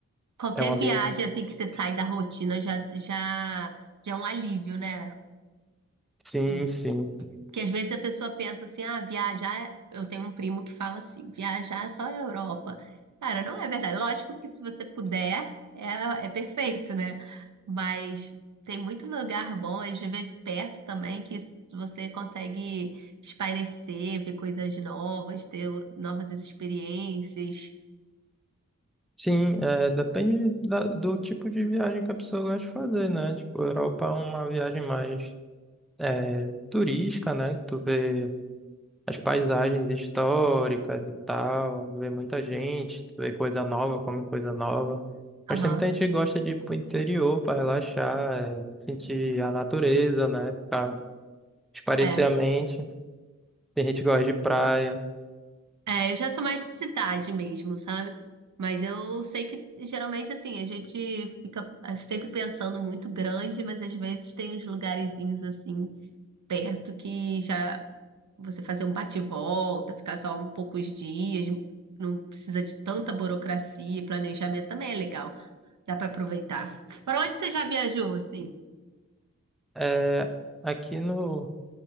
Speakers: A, on the right (about 75°); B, in the centre.
A: qualquer
B: É um ambiente.
A: viagem assim que você sai da rotina já, já, já é um alívio, né?
B: Sim,
A: De-
B: sim.
A: Porque às vezes a pessoa pensa assim, ah, viajar. é- Eu tenho um primo que fala assim, viajar é só a Europa. Cara, não é verdade. Lógico que se você puder, é, é perfeito, né? Mas tem muito lugar bom, às vezes perto também, que s- você consegue espairecer, ver coisas novas, ter o- novas experiências.
B: Sim, é, depende da- do tipo de viagem que a pessoa gosta de fazer, né? Tipo, a Europa é uma viagem mais é, turística, né? Tu vê as paisagens históricas e tal, vê muita gente, tu vê coisa nova, come coisa nova. Mas
A: Aham,
B: tem muita gente que gosta de ir pro interior para relaxar, é, sentir a natureza, né? Pra espairecer
A: é.
B: a mente. Tem gente que gosta de praia.
A: É, eu já sou mais de cidade mesmo, sabe? Mas eu sei que geralmente assim, a gente fica sempre pensando muito grande, mas às vezes tem uns lugarzinhos assim perto que já você fazer um bate-volta, ficar só um poucos dias, não precisa de tanta burocracia e planejamento também é legal, dá pra aproveitar. Para onde você já viajou assim?
B: É, aqui no,